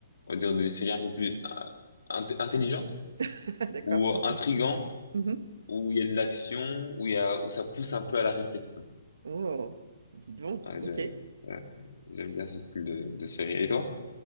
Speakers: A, on the left; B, on the right.
A: On va dire des séries un peu plus euh, int- intelligentes
B: <laughs> D'accord,
A: ou
B: ok.
A: intrigantes,
B: Mhm.
A: où il y a de l'action, où il y a où ça pousse un peu à la réflexion.
B: Oh, dis donc,
A: Ouais,
B: ok.
A: je- euh, j'aime bien ce style de, de série. Et toi?